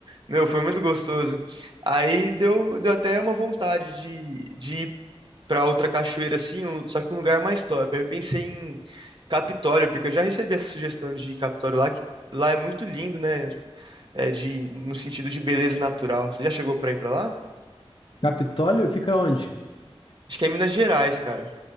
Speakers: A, on the right; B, on the left.
A: Meu, foi muito gostoso. Aí deu, deu até uma vontade de, de pra outra cachoeira assim, um- só que um lugar mais top. Aí eu pensei em Capitório, porque eu já recebi essa sugestão de ir em Capitório lá, que lá é muito lindo, né? É de, no sentido de beleza natural. Você já chegou pra ir pra lá?
B: Capitólio fica onde?
A: Acho que é Minas Gerais, cara.